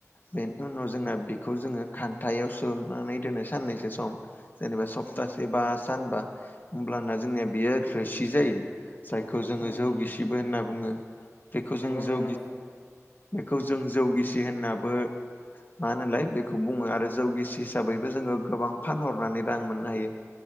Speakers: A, on the left; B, on the left.
A: बेनि उनाव जोंना बेखौ जोङो खान्थायाव सोम नानै दोनो साननैसो सम जेनेबा सप्तासे बा सानबा होमब्लाना जोंनिया बियो रोसि जायो जायखौ
B: नंगौ
A: जोङो जौ गिसिबो होनना बुंङो बेखौ जों
B: नोंथां
A: जौ
B: नंगौ
A: बेखौ जों जौगिसि होननाबो मा होनलाय बेखौ बुंङो आरो जौ गिसि बै हिसाबैबो जोंङो गोबां फानहरनानै रां मोननो हायो